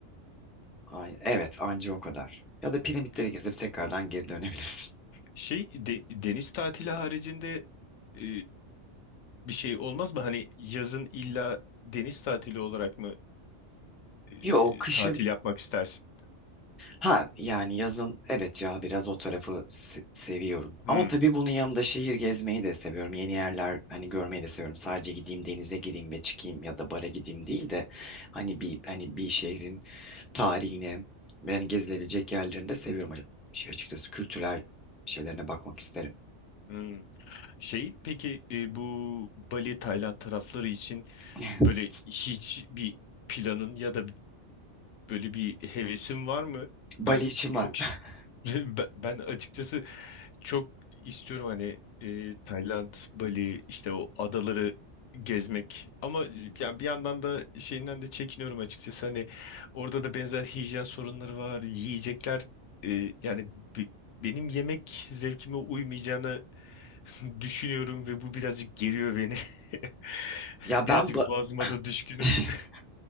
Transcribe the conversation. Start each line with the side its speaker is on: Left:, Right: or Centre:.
Centre: Ay, evet, anca o kadar. Ya da piramitleri
Left: E,
Centre: gezip tekrardan geri dönebilirsin.
Left: Şey de- deniz tatili haricinde e, bir şey olmaz mı? Hani yazın illa deniz tatili olarak mı e,
Centre: Yok, kışın
Left: tatil yapmak istersin?
Centre: Ha yani yazın evet ya biraz o tarafı se- seviyorum. Ama
Left: Hmm,
Centre: tabii bunun yanında şehir gezmeyi de seviyorum. Yeni yerler hani görmeyi de seviyorum. Sadece gideyim denize gireyim ve çıkayım ya da bara gideyim değil de hani bir hani bir şehrin tarihine ve yani gezilebilecek yerlerini de seviyorum. Şey açıkçası kültürel şeylerine bakmak isterim.
Left: hmm. Şey peki e, bu Bali, Tayland tarafları için
Centre: <laughs>
Left: böyle hiç bir planın ya da böyle bir hevesin var mı?
Centre: Bali
Left: Ben
Centre: için
Left: çok
Centre: var. <laughs>
Left: <laughs> ben, ben açıkçası Çok istiyorum hani e, Tayland, Bali işte o adaları gezmek ama e, yani bir yandan da şeyinden de çekiniyorum açıkçası. Hani orada da benzer hijyen sorunları var. Yiyecekler e, yani bi- benim yemek zevkime uymayacağını <laughs> düşünüyorum ve bu birazcık geriyor beni. <laughs>
Centre: Ya
Left: Birazcık
Centre: ben ba-
Left: boğazıma da düşkünüm.
Centre: <laughs>
Left: <laughs>